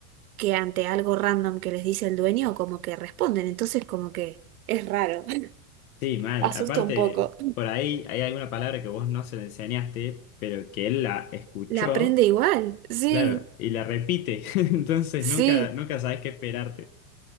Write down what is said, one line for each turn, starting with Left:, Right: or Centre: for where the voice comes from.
Right: que ante algo random que les dice el dueño, como que responden. Entonces, como que es raro. <laughs>
Left: Sí, mal.
Right: Asusta
Left: Aparte,
Right: un poco.
Left: por ahí hay alguna palabra que vos no se le enseñaste, pero que él la escuchó,
Right: La aprende igual. Sí,
Left: claro, y la repite. <laughs> Entonces
Right: sí,
Left: nunca, nunca sabes qué esperarte.